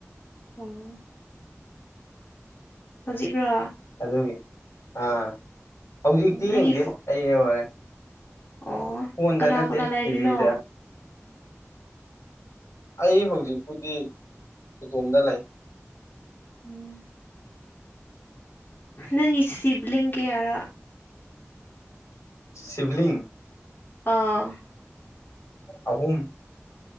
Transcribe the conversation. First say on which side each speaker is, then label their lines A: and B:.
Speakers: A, on the left (about 45°); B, on the left (about 75°).
A: ꯎꯝ ꯍꯧꯖꯤꯛꯔꯣ
B: ꯑꯗꯨꯒꯤ ꯑꯥ ꯍꯧꯖꯤꯛꯇꯤ
A: ꯅꯪꯒꯤ
B: ꯌꯦꯡꯗꯦ
A: ꯐꯣ
B: ꯑꯩ <unintelligible>
A: ꯑꯣ
B: ꯐꯣꯟꯗ
A: ꯀꯅꯥ
B: ꯅꯠꯇꯦ
A: ꯀꯅꯥ ꯂꯩꯔꯤꯅꯣ
B: ꯇꯤꯚꯤꯗ ꯑꯩ ꯍꯧꯖꯤꯛꯄꯨꯗꯤ ꯏꯇꯣꯝꯗ ꯂꯩ
A: ꯎꯝ ꯅꯪꯒꯤ ꯁꯤꯕ꯭ꯂꯤꯡ ꯀꯌꯥꯔ
B: ꯁꯤꯕ꯭ꯂꯤꯡ
A: ꯑꯥ
B: ꯑꯍꯨꯝ